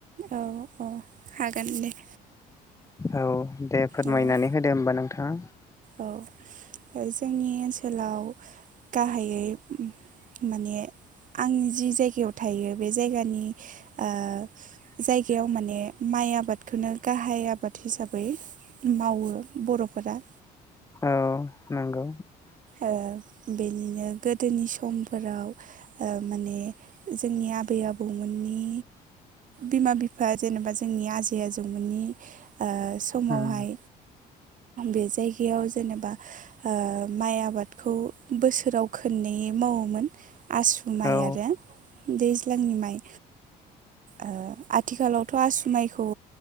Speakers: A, on the right; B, on the left.
A: औ औ हागोन दे
B: औ दे फोरमायनानै
A: औ
B: होदो होमबा नोंथाङा
A: औ जोंनि ओनसोलाव गाहायै माने आंनि जि जायगायाव थायो बे जायगानि ओ जायगायाव माने माइ आबादखौनो गाहाय आबाद हिसाबै मावो बर'फोरा
B: औ नोंगौ
A: ओ बेनिनो गोदोनि समफोराव ओ माने जोंनि आबै आबौमोननि बिमा-बिफा जेनेबा जोंनि आजै-आजौमोननि ओ समावहाय
B: उम
A: बे जायगायाव जेनेबा ओ माइ आबादखौ बोसोराव खोननै मावोमोन आसु माइ
B: औ
A: आरो दैज्लांनि माइ ओ आथ आथिखालावथ' आसु माइखौ